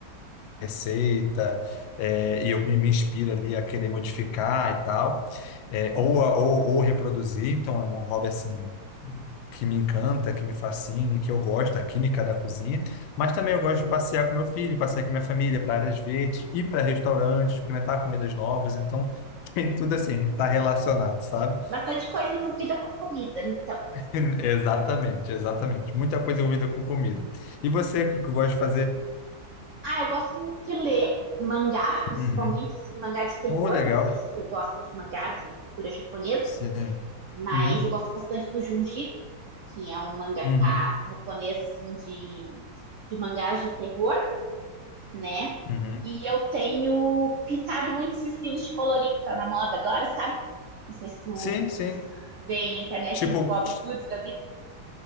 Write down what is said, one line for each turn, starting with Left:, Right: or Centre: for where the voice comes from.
Left: receita, é, e eu me, me inspiro ali a querer modificar e tal, é, ou, a- ou, ou reproduzir. Então, é um hobby assim que me encanta, que me fascina, que eu gosto, a química da cozinha, mas também eu gosto de passear com meu filho, passear com minha família para áreas verdes, ir para restaurantes, experimentar comidas novas, então <laughs> tem tudo assim, está relacionado, sabe?
Right: Bastante coisa envolvida com comida, então.
Left: <laughs> Exatamente, exatamente. Muita coisa envolvida com comida. E você, o que que gosta de fazer?
Right: Ah, eu gosto muito de ler mangás, principalmente
Left: Uhum.
Right: assim, mangá de terror.
Left: Oh, legal.
Right: Não sei se tu gosta de mangá de cultura japonesa,
Left: Sim.
Right: mas
Left: Uhum.
Right: eu gosto bastante do Junjito, que é um mangaka
Left: Uhum,
Right: japonês assim de, de mangás de terror, né?
Left: uhum.
Right: E eu tenho pintado muito esses livros de colorir que tá na moda agora, sabe? Não sei se tu
Left: Sim, sim.
Right: vê aí na internet
Left: Tipo,
Right: os Bob
Left: t-
Right: Goods da vida.